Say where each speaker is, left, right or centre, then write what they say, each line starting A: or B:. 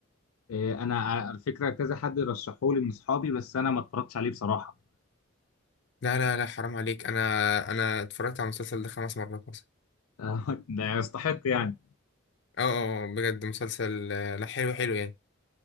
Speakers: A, on the left; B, on the left.
A: آه، انا ع- على فكره كذا حد رشحولي من اصحابي بس انا ما اتفرجتش عليه بصراحه
B: لا لا لا حرام عليك انا انا اتفرجت على المسلسل ده خمس مرات مثلا
A: <laughs> آه، ده يستحق يعني
B: اه اه أه، بجد مسلسل آه، لا حلو حلو يعني